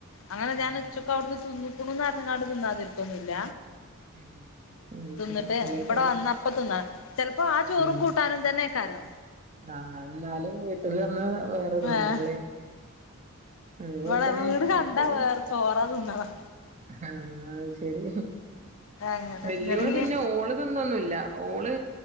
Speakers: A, on the left (about 65°); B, on the right (about 30°).
A: അങ്ങനെ
B: ആഹ്
A: ഞാൻ ഉച്ചൊക്കെ അവിടെന്ന് തിന്നും. കുടുന്നറഞ്ഞ്കാട് തിന്നാതിരിക്കൊന്നുല്ല.
B: ഉം ഉം
A: തിന്നിട്ട്
B: ശരി
A: ഇവിടെ
B: ചല.
A: വന്നപ്പ തിന്നാ ചെലപ്പോ ആ ചോറും
B: ഉം
A: കൂട്ടാനും തന്നെക്കാരൊ.
B: ആഹ് എന്നാലും വീട്ടിൽ വന്ന് വേറെതിന്നണം
A: ഏഹ്
B: ല്ലേ. അതിപോലെ
A: ഇവിടെ
B: തന്നെ
A: വീട് കണ്ടാ
B: പറ്റല
A: വേറെ ചോറാ തിന്നണം
B: ആഹ അത് ശരി
A: അങ്ങനെ
B: വല്യ
A: എന്നിട്ട്
B: ഓള്
A: ഇഞ്ഞ്
B: പിന്നെ ഓള് അതൊന്ന ഒന്നുമല്ല ഓള്